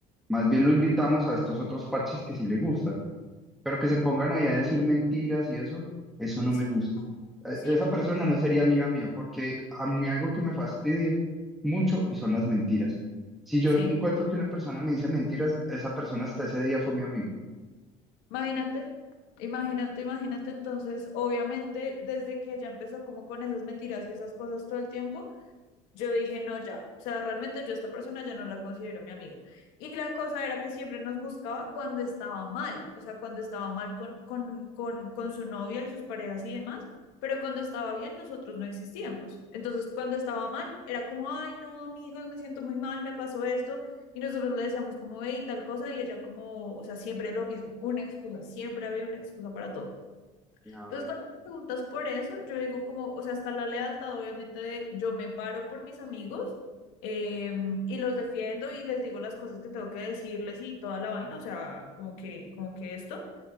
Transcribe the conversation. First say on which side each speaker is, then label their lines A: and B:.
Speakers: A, in the centre; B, on the left.
A: Más bien lo invitamos a estos otros parches que sí le gustan, pero que se pongan ahí a decir mentiras y eso, eso no
B: sí,
A: me gusta.
B: no,
A: E-
B: sí,
A: Esa
B: no,
A: persona no sería amiga mía porque a mí algo que me fastidie mucho y son las mentiras. Si yo
B: sí.
A: encuentro que una persona me dice mentiras, esa persona hasta ese día fue mi amigo.
B: Imagínate, imagínate, imagínate. Entonces, obviamente, desde que ella empezó como con esas mentiras y esas cosas todo el tiempo, yo dije, no, ya, o sea, realmente yo a esta persona ya no la considero mi amiga. Y la cosa era que siempre nos buscaba cuando estaba mal, o sea, cuando estaba mal con, con, con, con su novia y sus parejas y demás, pero cuando estaba bien nosotros no existíamos. Entonces, cuando estaba mal, era como, ay, no, amigos, me siento muy mal, me pasó esto. Y nosotros le decíamos como, hey, tal cosa, y ella como, o sea, siempre lo mismo, una excusa, siempre había una excusa para todo.
A: A
B: Entonces,
A: ver,
B: cuando me preguntas por eso, yo digo como, o sea, está la lealtad, obviamente, de yo me paro por mis amigos eh, y los defiendo y les digo las cosas que tengo que decirles y toda la vaina, o sea, como que, como que esto.